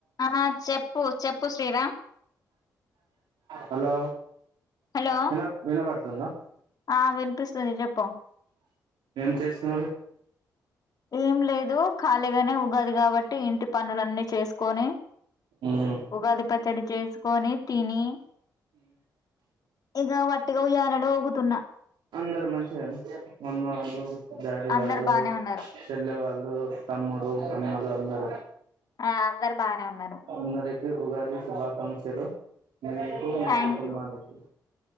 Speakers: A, on the left; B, on the right.
A: ఆ చెప్పు చెప్పు శ్రీరామ్
B: హలో
A: హలో
B: విన వినబడుతు తుంద
A: ఆ వినిపిస్తుంది చేపు
B: ఏం చేస్తున్నారు
A: ఏం లేదు ఖాళీగానే ఉగాది కాబట్టి ఇంటి పనులన్నీ చేసు కోనే
B: ఉమ్
A: ఉగాది ప పచ్చడి చేసుకొని తిని ఇగ వ టిగా ఉయ్యాల లో ఊగుతున్నా
B: అందరు మంచిగా అమ్మ వాళ్ళు డాడి వాళ్ళు
A: అందరు బానే ఉన్నారు
B: చెల్లె వాళ్ళు తమ్ముడు డు అన్నలు అందరూ
A: ఆ అందరు బాగా నే ఉన్నరు
B: అందరికి ఉగాది శుభాకాంక్షలు మీకు మీ
A: థ్యాంక్
B: కుటుంబానికి
A: యూ